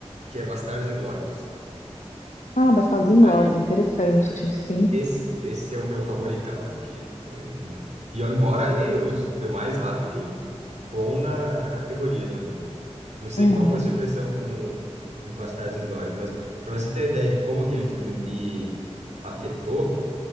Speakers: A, on the right (about 85°); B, on the left (about 85°).
A: que é Bastardos Inglórios.
B: Ah, Bastardos Inglórios,
A: Aí,
B: interessante,
A: Bastardos Inglórios.
B: sim.
A: Esse, esse é o meu favoritão, é que eu não- E ó, embora ele, os demais lá fiquem bom na, na categoria também, mas não sei
B: Uhum,
A: qual foi sua impressão com os Bastardos Inglórios, mas para você ter a ideia de como aquele filme me afetou,